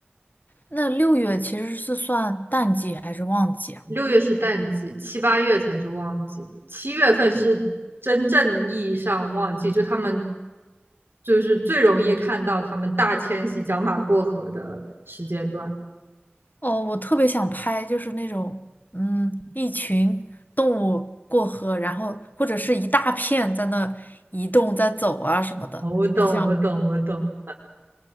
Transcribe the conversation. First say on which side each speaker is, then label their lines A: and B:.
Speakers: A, on the left; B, on the right.
A: 那六月其实是算淡季还是旺季啊？
B: 六月是淡季，七八月才是旺季，七月份是真正意义上旺季，就他们就是最容易看到他们大迁徙、角马过河的时间段。
A: 哦，我特别想拍，就是那种，嗯，一群动物过河，然后或者是一大片在那移动、在走啊什么的，
B: 哦我懂，
A: 就想
B: 我懂，我懂。